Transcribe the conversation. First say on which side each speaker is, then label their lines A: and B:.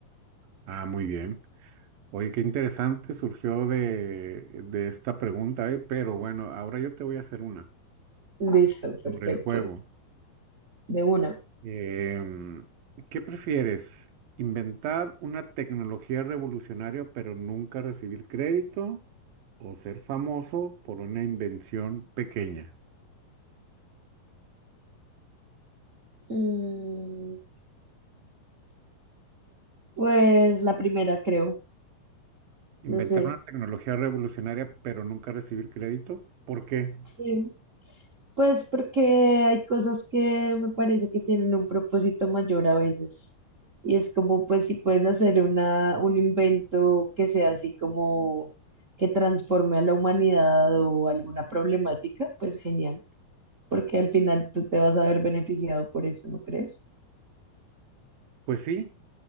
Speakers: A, on the right (about 75°); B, on the right (about 55°).
A: Ah, muy bien. Oye, qué interesante surgió de, de esta pregunta, ¿eh? Pero bueno, ahora yo te voy a hacer una
B: Listo, perfecto,
A: sobre el juego.
B: de una.
A: Em, ¿qué prefieres? ¿Inventar una tecnología revolucionaria pero nunca recibir crédito? ¿O ser famoso por una invención pequeña?
B: Mm, Pues la primera creo,
A: ¿Inventar
B: no sé.
A: una tecnología revolucionaria pero nunca recibir crédito? ¿Por qué?
B: sí. Pues porque hay cosas que me parece que tienen un propósito mayor a veces. Y es como, pues, si puedes hacer una, un invento que sea así como que transforme a la humanidad o alguna problemática, pues genial, porque al final tú te vas a ver beneficiado por eso, ¿no crees?
A: Pues sí,